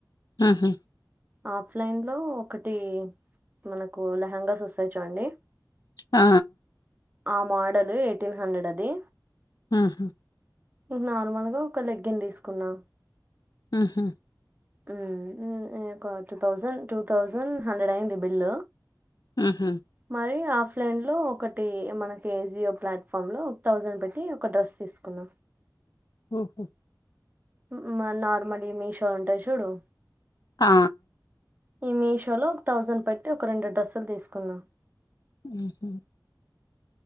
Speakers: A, on the left (about 60°); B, on the right (about 25°).
A: ఉమ్ హ్
B: ఆఫ్లైన్ లో ఒకటి మనకు లెహెంగాస్ వస్తాయి చూడండి
A: ఆ
B: ఆ మాడల్ ఎయిటీన్ హండ్రెడ్ అది
A: ఉమ్ హ్
B: ఇగ నార్మల్ గా ఒక లెగ్గిన్ దీసుకున్నా
A: ఉమ్ హ్
B: ఉమ్ ఉ ఇక two thousand, two thousand hundred అయ్యింది బిల్
A: ఆహా
B: మరి ఆఫ్ ఫ్లైన్ లో ఒకటి మనకి ఏ జియో ప్లాట్ఫామ్ లో ఒక థౌజండ్ పెట్టి ఒక డ్రెస్ తీసుకున్న
A: ఉమ్ హ్
B: ఉమ్ ఉ మ నార్మల్ ఈ మీషో ఉంటది చూడు
A: ఆ
B: ఈ మీషో లో ఒక థౌజండ్ పెట్టి ఒక రెండు డ్రస్సులు దీసుకున్న
A: ఉమ్ హ్